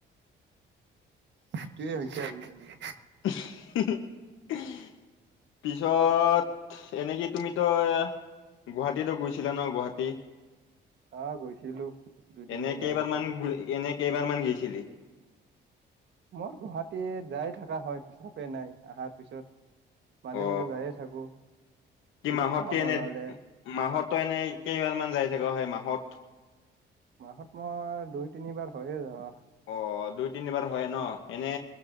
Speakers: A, on the right; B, on the left.
A: সেইটোৱে হৈছে আজিকালি।
B: <inaudible> পিছত এনেকি তুমি তই গুৱাহাটীতো গৈছিলা ন গুৱাহাটী?
A: অ গৈছিলো দুদিন
B: এনে
A: মান
B: কেইবাৰমান
A: আগতে।
B: গ এনে কেইবাৰমান গৈছিলি?
A: মোৰ গুৱাহাটী যায় থকা হয় হিচাপে নাই অহাৰ পিছত। মাজে
B: অ
A: মাজে যায়ে থাকো
B: কি
A: কিবা
B: মাহতকে
A: কাম
B: এনে
A: ওলালে।
B: মাহতো এনে কেইবাৰ মান যায় থাক সেই মাহত?
A: মাহত মই দুই তিনিবাৰ হয়য়ে যোৱা।
B: অ', দুই তিনিবাৰ হয় ন এনে